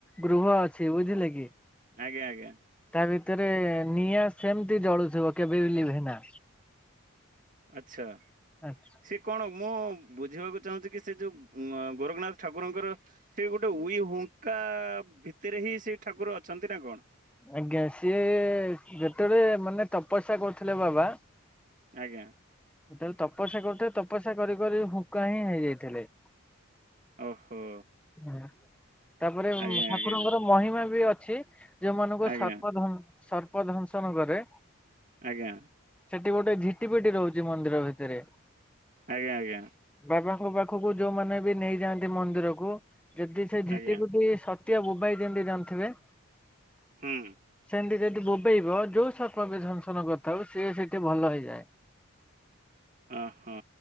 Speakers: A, in the centre; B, on the right.
A: ଗୃହ ଅଛି ବୁଝିଲେ କି?
B: ଆଜ୍ଞା ଆଜ୍ଞା।
A: ତା ଭିତରେ ନିଆଁ ସେମତି ଜଳୁଥିବ କେବେବି ଲିଭେନା।
B: ଆଚଛା।
A: ଆଚ୍ଛା।
B: ସେ କଣ ମୁଁ ବୁଝିବାକୁ ଚାହୁଁଛି କି ସେ ଯୋଉ ଗୋରଖନାଥ ଠାକୁରଙ୍କର ସେ ଗୋଟେ ଉଇ ହୁଙ୍କା ଭିତରେ ହିଁ ସେ ଠାକୁର ଅଛନ୍ତି ନା କଣ?
A: ଆଜ୍ଞା ସିଏ ଯେତେବେଳେ ମାନେ ତପସ୍ୟା କରୁଥିଲେ ବାବା
B: ଆଜ୍ଞା।
A: ଜେତେବେଳେ ତପସ୍ୟା କରୁଥିଲେ ତପସ୍ୟା କରି କରି ହୁଙ୍କାହିଁ ହେଇଯାଇଥିଲେ।
B: ଓହୋ।
A: ହଁ ତାପରେ
B: ଆଜ୍ଞା
A: ଠାକୁରଙ୍କର
B: ଆଜ୍ଞା
A: ମହିମା ବି ଅଛି। ଯୋଉ ମାନଙ୍କୁ
B: ଆଜ୍ଞା
A: ସର୍ପ ଧ ସର୍ପ ଦଂଶନ କରେ।
B: ଆଜ୍ଞା।
A: ସେଠି ଗୋଟେ ଝିଟି ପିଟି ରହୁଛି ମନ୍ଦିର ଭିତରେ।
B: ଆଜ୍ଞା ଆଜ୍ଞା।
A: ବାବାଙ୍କ ପାଖକୁ ଯୋଉମାନେ ବି ନେଇ ଯାଆନ୍ତି ମନ୍ଦିରକୁ ଯଦି ସେ ଝିଟିିପିଟି
B: ଆଜ୍ଞା
A: ସ ଟିକେ ବୋବାଇ ଦିଅନ୍ତି ଜାଣିଥିବେ
B: ହୁଁ
A: ସେମିତି ଯଦି ବୋ ବୋବେଇବ ଯୋଉ ସର୍ପ ବି ଦଂଶନ କରିଥାଉ ସିଏ ସେଇଠି ଭଲ ହେଇଯାଏ।
B: ଓଃ ହୋ।